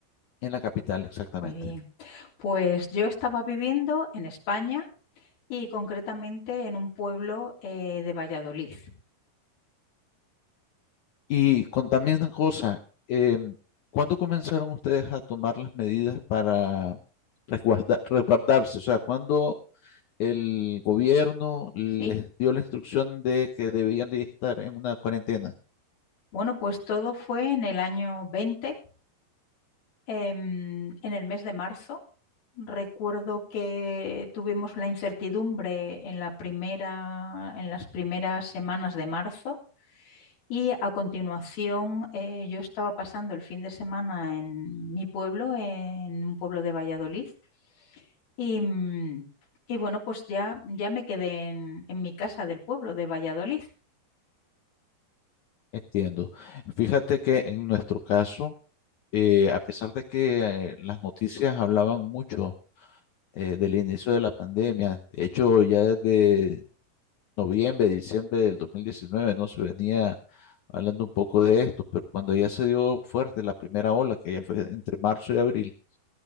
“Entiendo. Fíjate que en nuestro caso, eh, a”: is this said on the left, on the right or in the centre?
Left